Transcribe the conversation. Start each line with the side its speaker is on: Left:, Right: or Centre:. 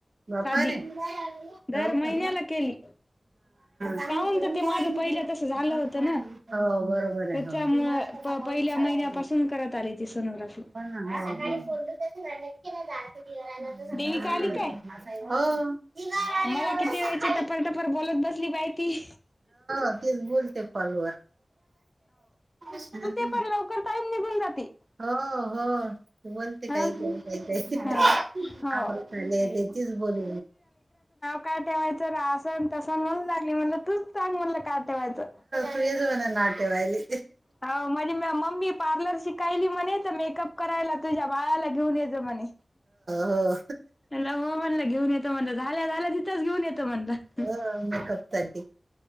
Right: बापा
Left: साधी
Right: रे हो
Left: दर महिन्याला
Right: का.
Left: केली
Right: ह
Left: काहून तर ते माझं पहिलं तसं झालं
Right: हो
Left: होतं ना
Right: बरोबर आहे
Left: त्याच्यामुळं
Right: हो.
Left: प
Right: सकाळून
Left: पहिल्या
Right: शाळा
Left: महिन्यापासून
Right: आहे.
Left: करत आली ती सोनोग्राफी.
Right: हो ना हम्म
Left: देविका
Right: हम्म.
Left: आली काय
Right: हो.
Left: मला
Right: एवढं
Left: किती
Right: सकाळी
Left: वेळची टफरटफर बोलत बसली पाही ती.
Right: अ ते बोलते कॉल वर. शां
Left: तर लवकर टाईम निघून जाते.
Right: हो हो. बोलते
Left: हा
Right: काही का का काही
Left: हो हो
Right: आ झाले त्याचीच बोल.
Left: का ठेवायचं रा असन तसान म्हण लागली म्हणलं तूच चांग म्हणलं का ठेवायचं.
Right: लई जन नाट्यवाले.
Left: हो म्हणजे मम्मी पार्लर शिकायल ती म्हणे मेकअप करायला तुझ्या बाळाला घेऊन याेत म्हणे.
Right: हो
Left: हो म्हणलं घेऊन येतो म्हण झाल्या झाल्या तिथंच घेऊन येतं म्हणलं.
Right: ह मेकअपसाठी